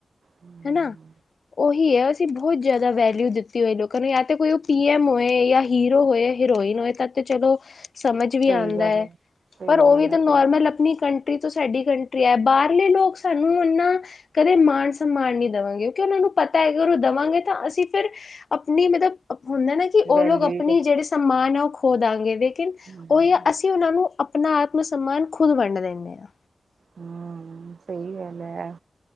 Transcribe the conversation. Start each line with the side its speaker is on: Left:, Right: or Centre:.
Right: ਹਮ
Left: ਹਨਾ ਉਹੀ ਆ ਅਸੀਂ ਬਹੁਤ ਜ਼ਿਆਦਾ ਵੈਲਿਊ ਦਿੱਤੀ ਹੋਈ ਲੋਕਾਂ ਨੂੰ ਜਾਂ 'ਤੇ ਕੋਈ ਓ ਪੀ-ਐਮ ਹੋਏ ਜਾਂ ਹੀਰੋ ਹੋਏ' ਹੀਰੋਇਨ ਹੋਏ ਤਦ ਤੇ ਚਲੋ ਸਮਝ ਵੀ
Right: ਸਹੀ
Left: ਆਂਦਾ
Right: ਗੱਲ
Left: ਏ
Right: ਹੈ, ਸਹੀ
Left: ਪਰ ਓ
Right: ਗੱਲ
Left: ਵੀ
Right: ਹੈ,
Left: ਤਾਂ ਨੋਰਮਲ
Right: ਸਹੀ
Left: ਅਪ ਆਪਣੀ ਕੰਟਰੀ ਤੋਂ ਸਾਡੀ ਕੰਟਰੀ ਐ ਬਾਹਰਲੇ ਲੋਕ ਸਾਨੂੰ ਇਨਾਂ ਕਦੇ ਮਾਣ-ਸਮਮਾਨ ਨਹੀਂ ਦਵਾਂਗੇ ਕਿਉਂਕਿ ਉਨਾਂ ਨੂੰ ਪਤਾ ਏ ਅਗਰ ਓ ਦਵਾਂਗੇ ਤਾਂ ਅਸੀਂ ਫਿਰ ਆਪਣੀ ਮਤਲਬ ਹੁੰਦਾ ਨਾ ਕਿ
Right: ਵੈਲਿਊ
Left: ਓ ਲੋਕ ਆਪਣੀ
Right: ਹੀ
Left: ਜਿਹੜੇ ਸਮਾਨ ਆ ਓ ਖੋਦਾਂਗੇ ਦੇ ਲੇਕਿਨ
Right: ਹਮ
Left: ਉਹੀ ਆ ਅਸੀਂ ਉਨਾਂ ਨੂੰ ਆਪਣਾ ਆਤਮ ਸਮਾਨ ਖੁਦ ਵੰਡ ਦਿੰਨੇ ਆਂ
Right: ਹਾਂ ਸਹੀ ਗੱਲ ਏ